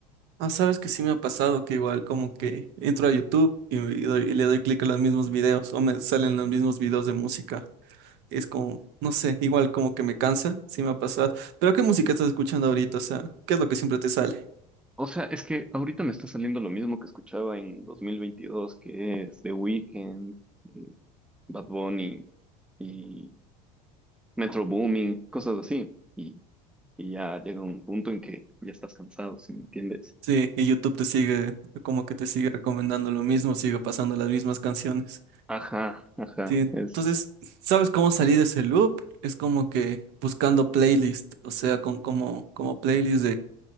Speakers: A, on the right; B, in the centre.
A: Ah, sabes que sí me ha pasado que igual como que entro a YouTube y, me doy- y le doy clic a los mismos videos o me salen los mismos videos de música. Es como, no sé, igual como que me cansa, sí me ha pasado. Pero ¿qué música estás escuchando ahorita? O sea, ¿qué es lo que siempre te sale?
B: O sea, es que ahorita me está saliendo lo mismo que escuchaba en 2022, que es The Weeknd, eh, Bad Bunny y Metro Booming, cosas así. Y y ya llega un punto en que ya estás cansado, si me entiendes?
A: Sí, y YouTube te sigue, como que te sigue recomendando lo mismo, sigue pasando las mismas canciones.
B: Ajá, ajá,
A: Sí, entonces,
B: es
A: ¿sabes cómo salir de ese loop? Es como que buscando playlist, o sea, con como, como playlist